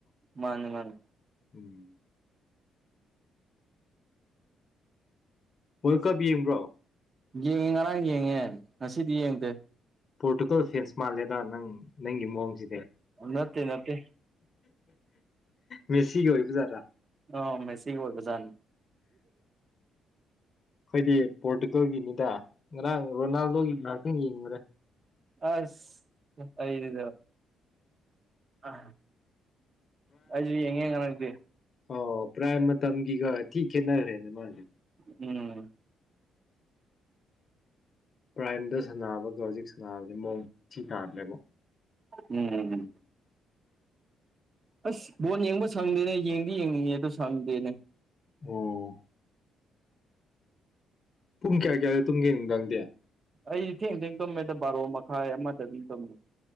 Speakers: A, on the right; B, on the left.
A: ꯃꯥꯅꯦ ꯃꯥꯅꯤ
B: ꯎꯝ ꯍꯣꯏ ꯀꯕ ꯌꯦꯡꯕ꯭ꯔꯣ
A: ꯌꯦꯡꯉꯦ ꯉꯔꯥꯡ ꯌꯦꯡꯉꯦ ꯉꯁꯤꯗꯤ ꯌꯦꯡꯗꯦ
B: ꯄꯣꯔꯇꯨꯒꯜ ꯐ꯭ꯔꯦꯟꯁ ꯃꯥꯜꯂꯦꯗ ꯅꯪ ꯅꯪꯒꯤ ꯃꯑꯣꯡꯁꯤꯅꯦ
A: ꯅꯠꯇꯦ ꯅꯠꯇꯦ
B: ꯃꯦꯁꯤꯒꯤ ꯑꯣꯏꯔꯤꯕꯕꯖꯥꯔꯥ
A: ꯑ ꯃꯁꯤ ꯔꯖꯥꯟ
B: ꯑꯩꯈꯣꯏꯗꯤ ꯄꯣꯔꯇꯨꯒꯜꯒꯤꯅꯤꯗ ꯉꯔꯥꯡ ꯔꯣꯅꯥꯜꯗꯣꯒꯤ ꯉꯥꯏꯍꯥꯛꯇꯪ ꯌꯦꯡꯉꯨꯔꯦ
A: ꯑꯁ ꯑꯩꯗꯕ ꯑ ꯑꯩꯁꯨ ꯌꯦꯡꯉꯦ ꯉꯅꯛꯇꯦ
B: ꯑ ꯄ꯭ꯔꯥꯏ ꯃꯇꯝꯒꯤꯒ ꯊꯤ ꯈꯦꯠꯅꯈ꯭ꯔꯦꯅꯦ ꯃꯥꯁꯦ
A: ꯎꯝ
B: ꯄ꯭ꯔꯥꯏꯝꯗ ꯁꯥꯟꯅꯕꯒ ꯍꯧꯖꯤꯛ ꯁꯥꯟꯅꯕꯁ ꯃꯑꯣꯡ ꯊꯤ ꯇꯥꯗ꯭ꯔꯦꯕ
A: ꯎꯝꯝ ꯑꯁ ꯕꯣꯜ ꯌꯦꯡꯕ ꯁꯪꯗꯦꯅꯦ ꯌꯦꯡꯗꯤ ꯌꯦꯡꯅꯤꯡꯉꯦ ꯑꯗꯨ ꯁꯪꯗꯦꯅꯦ
B: ꯑꯣ ꯄꯨꯡ ꯀꯌꯥ ꯀꯌꯥꯗꯣ ꯇꯨꯡꯒꯦ ꯅꯨꯡꯗꯥꯪꯗꯦ
A: ꯑꯩꯗꯤ ꯊꯦꯡ ꯊꯦꯡ ꯇꯨꯝꯃꯦꯗ ꯕꯥꯔꯣ ꯃꯈꯥꯏ ꯑꯃꯗ ꯑꯗꯨꯝ ꯇꯨꯝꯃꯦ